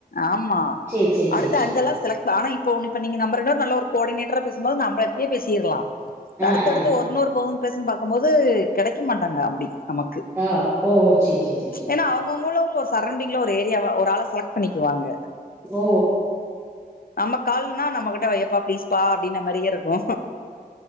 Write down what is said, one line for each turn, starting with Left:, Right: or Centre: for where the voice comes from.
Left: ஆமா
Right: சேரி, சேரி,
Left: அடுத்த
Right: சேரி, சேரி.
Left: அஞ்செல்லா செல ஆனா இப்ப ஒண்ணு இப்ப நீங்க நம்ப ரெண்டு பேரு நல்ல ஒரு கோடினேட்டரா பேசும்போது நம்ப எப்டியே பேசிற்லா
Right: ஆ,
Left: அடுத்தடுத்து
Right: ஆ,
Left: ஒரு இன்னொரு போவுன் பேசுன் பாக்கம்போது கெடைக்க மாட்டாங்க அப்டி நமக்கு
Right: ஆ ஓ சேர் சேர் சேர்
Left: ஏனா அவுங்கவுங்கலு ஒரு சரௌண்டிங்ல ஒரு ஏரியாவ ஒரு ஆள செலக்ட் பண்ணிக்குவாங்க
Right: ஓ
Left: நம்ம கால்ன்னா நம்மகிட்ட வையப்பா ப்ளீஸ்ப்பா அப்டின மாரியே இருக்கு